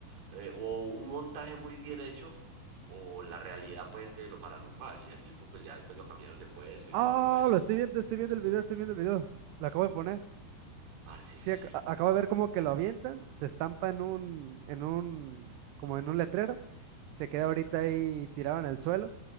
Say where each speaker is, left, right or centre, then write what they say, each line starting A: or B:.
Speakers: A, on the right; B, on the right.
A: eh, o un montaje muy bien hecho o la realidad pues de lo paranormal. Y el tipo pues ya después lo cambiaron de puesto y
B: Ah,
A: todo eso.
B: lo estoy viendo, estoy viendo el video, estoy viendo el video. Lo acabo de poner.
A: Parce,
B: Sí,
A: sí,
B: ac- a- acabo de ver como que lo avientan, se estampa en un, en un, como en un letrero, se queda ahorita ahí tirado en el suelo,